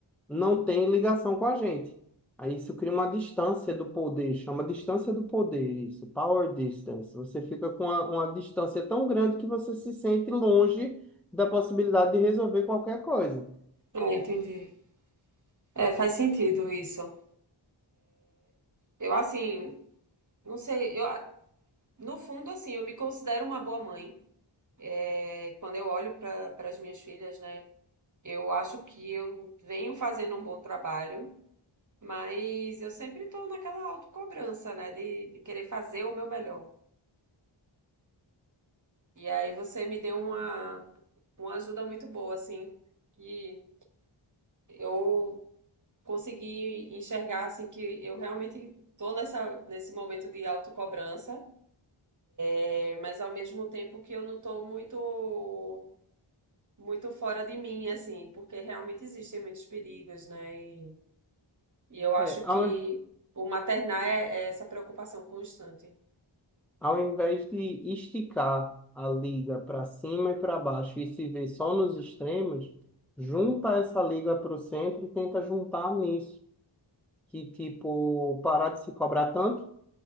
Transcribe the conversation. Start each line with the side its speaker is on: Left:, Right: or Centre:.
Centre: não tem ligação com a gente. Aí isso cria uma distância do poder, chama distância do poder, isso, power distance. Você fica com uma, uma distância tão grande que você se sente longe da possibilidade de resolver qualquer coisa.
Right: Ah, entendi. É, faz sentido isso. Eu assim, não sei, eu no fundo assim, eu me considero uma boa mãe. É, quando eu olho para as minhas filhas, né, eu acho que eu venho fazendo um bom trabalho, mas eu sempre estou naquela autocobrança, né, de, de querer fazer o meu melhor. E aí você me deu uma, uma ajuda muito boa, assim, que eu consegui enxergar, assim, que eu realmente estou nessa, nesse momento de autocobrança, é, mas ao mesmo tempo que eu não estou muito muito fora de mim, assim, porque realmente existem muitos perigos, né? E E eu acho
Centre: É,
Right: que
Centre: ao,
Right: o maternar é, é essa preocupação constante.
Centre: ao invés de esticar a liga para cima e para baixo e se ver só nos extremos, junta essa liga para o centro e tenta juntar nisso. Que, tipo, parar de se cobrar tanto,